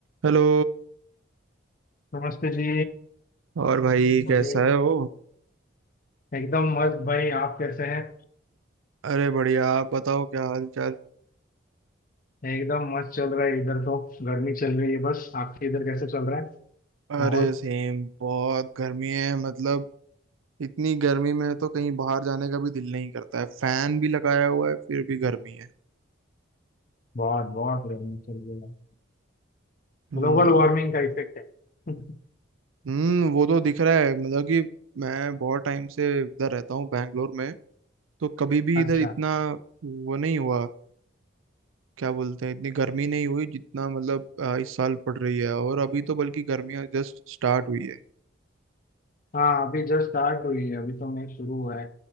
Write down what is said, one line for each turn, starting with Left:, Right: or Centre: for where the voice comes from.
Right: Hello
Left: नमस्ते जी
Right: और भाई
Left: मुझे
Right: कैसा है हो
Left: एकदम मस्त भाई आप कैसे हैं
Right: अरे बढ़िया आप बताओ क्या हाल चाल
Left: एकदम मस्त चल रहा है इधर तो गर्मी चल रही है बस आपके इधर कैसे चल रहा है
Right: अरे
Left: माहौल
Right: सेम बहुत गर्मी है मतलब इतनी गर्मी में तो कहीं बाहर जाने का भी दिल नहीं करता है फैन भी लगाया हुआ है फिर भी गर्मी है
Left: बहुत बहुत गर्मी चल रही है
Right: हम्म
Left: ग्लोबल वार्मिंग का इफेक्ट है <laughs>
Right: हम्म वो तो दिख रहा है मतलब कि मैं बहुत टाइम से इधर रहता हूँ बैंगलोर में तो कभी भी
Left: अच्छा
Right: इधर इतना वो नहीं हुआ क्या बोलते हैं इतनी गर्मी नहीं हुई जितना मतलब अ, इस साल पड़ रही है और अभी तो बल्कि गर्मियाँ जस्ट स्टार्ट हुई है
Left: हाँ अभी जस्ट स्टार्ट हुई है अभी तो मई शुरू हुआ है